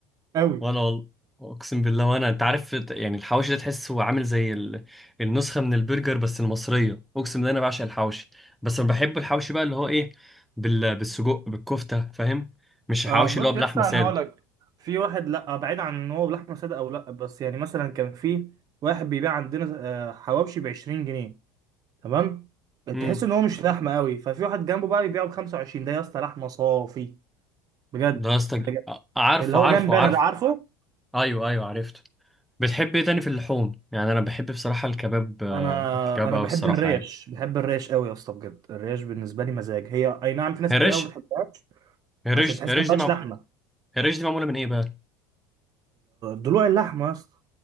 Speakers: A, on the right; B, in the centre.
A: قوي
B: وانا والله اقسم بالله وانا انت عارف يعني الحواشي ده تحسه عامل زي ال- النسخه من البرجر بس المصريه اقسم بالله انا بعشق الحواشي بس انا بحب الحواشي بقى اللي هو ايه بال... بالسجق بالكفته فاهم مش الحواشي
A: اه بص
B: اللي هو بلحمه
A: يا اسطى
B: ساده
A: انا هقول لك في واحد لا بعيد عن ان هو لحمه ساده او لا بس يعني مثلا كان في واحد بيبيع عندنا آه، حواوشي ب 20 جنيه تمام
B: امم
A: تحس ان هو مش لحمه قوي ففي واحد جنبه بقى بيبيعه ب 25 ده يا اسطى لحمه صافي بجد
B: ده قصدك
A: بجد.
B: آه، عارفه
A: اللي هو
B: عارفه
A: جنبي
B: عارفه
A: انا ده عارفه
B: ايوه ايوه عرفته بتحب ايه تاني في اللحوم يعني انا بحب بصراحه الكباب آه،
A: انا
B: الكباب
A: انا
B: او
A: بحب
B: الصراحه
A: الريش
B: يعني
A: بحب الريش قوي يا اسطى بجد الريش بالنسبه لي مزاج هي اي نعم في ناس
B: هي
A: كتير
B: الريش
A: قوي ما بتحبهاش
B: هي الريش
A: عشان تحس
B: هي الريش
A: ان ما
B: دي
A: فيهاش
B: مع...
A: لحمه
B: هي الريش دي معموله من ايه بقى
A: ضلوع اللحمه يا اسطى